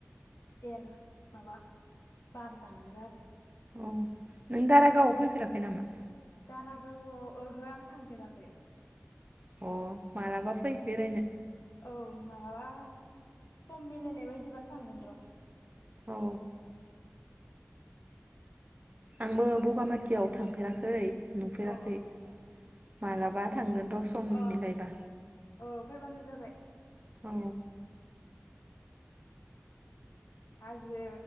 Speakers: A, on the left (about 80°); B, on the right (about 35°).
A: एयार माबा बार जानांगौ आरो
B: उम नों दाराागावआव फैफेराखै नामा?
A: दारागावआव ओहो आं थांफेराखै
B: अ मालाबा फै बेरायनो
A: औ मालाबा सम मिलायनाय बायदिबा थांगोन र'
B: औ आंबो बगामाथि सिटियाव थांफेराखै नुफेराखै
A: अ
B: मालाबा थांगोन र' सम
A: अ
B: मिलायबा
A: औ फैबानो जाबाय
B: औ
A: हाजो